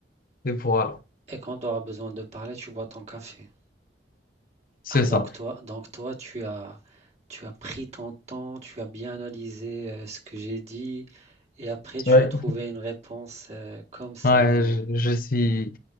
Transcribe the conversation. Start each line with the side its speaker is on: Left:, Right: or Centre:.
Left: et voilà,
Right: Et quand tu auras besoin de parler, tu bois ton café.
Left: c'est
Right: Ah,
Left: ça.
Right: donc toi, donc toi, tu as, tu as pris ton temps, tu as bien analysé euh, ce que j'ai dit, et après, tu
Left: Ouais.
Right: as trouvé une réponse euh, comme ça.
Left: Ouais,
Right: euh,
Left: je, je suis,